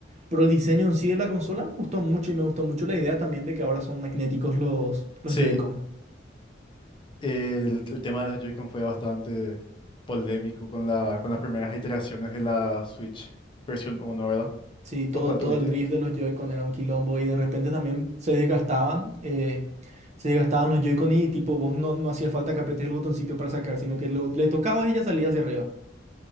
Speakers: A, on the right; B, on the left.
A: Pero el diseño en sí de la consola me gustó mucho y me gustó mucho la idea también de que ahora son magnéticos los, los
B: sí.
A: Joy-Con.
B: El, el tema de las Joy-Con fue bastante polémico con la, con las primeras iteraciones de la Switch versión uno, ¿verdad?
A: Sí, todo,
B: ¿Vos cuál tuviste?
A: todo el drift de los Joy-Con era un quilombo y de repente también se desgastaban. eh, se desgastaban los Joy-Con y tipo, vos no, no hacía falta que apretes el botoncito para sacar, sino que lo- le tocabas y ya salía hacia arriba.